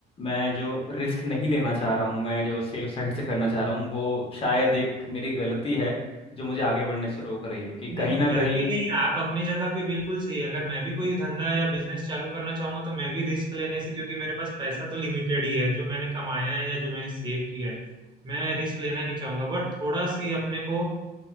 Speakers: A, on the left; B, on the right.
A: मैं जो रिस्क नहीं लेना चाह रहा हूँ मैं जो सेफ साइड से करना चाह रहा हूँ वो शायद एक मेरी गलती है जो मुझे आगे बढ़ने से रोक रही है कि कहीं
B: नहीं
A: ना
B: गलती
A: कहीं
B: नहीं आप अपनी जगह पे बिल्कुल सही अगर मैं भी कोई धंधा या बिजनेस चालू करना चाहूंगा तो मैं भी रिस्क लेने से क्योंकि मेरे पास पैसा तो लिमिटेड ही है जो मैंने कमाया है या जो मैंने सेव किया है मैं रिस्क लेना नहीं चाहूंगा बट थोड़ा सी अपने को